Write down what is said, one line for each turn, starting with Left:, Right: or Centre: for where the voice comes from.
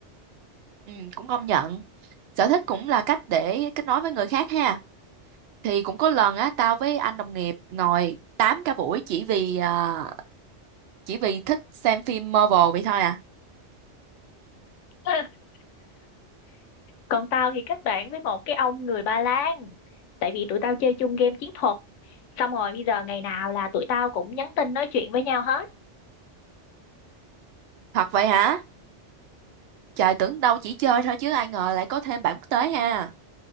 Right: ừ cũng công nhận sở thích cũng là cách để kết nối với người khác ha thì cũng có lần á tao với anh đồng nghiệp ngồi tám cả buổi chỉ vì à, chỉ vì thích xem phim Marvel vậy thôi à
Left: <laughs> còn tao thì kết bạn với một cái ông người Ba Lan tại vì tụi tao chơi chung game chiến thuật xong rồi bây giờ ngày nào là tụi tao cũng nhắn tin nói chuyện với nhau hết
Right: thật vậy hả trời tưởng đâu chỉ chơi thôi chứ ai ngờ lại có thêm bạn quốc tế ha